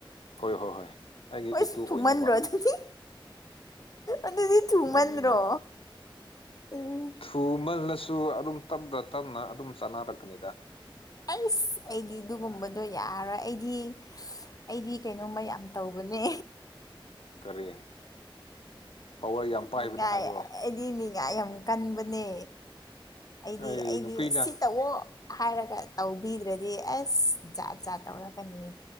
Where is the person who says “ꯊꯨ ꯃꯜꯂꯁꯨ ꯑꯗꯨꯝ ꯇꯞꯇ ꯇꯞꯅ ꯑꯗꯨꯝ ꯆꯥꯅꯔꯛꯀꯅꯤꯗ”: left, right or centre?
Left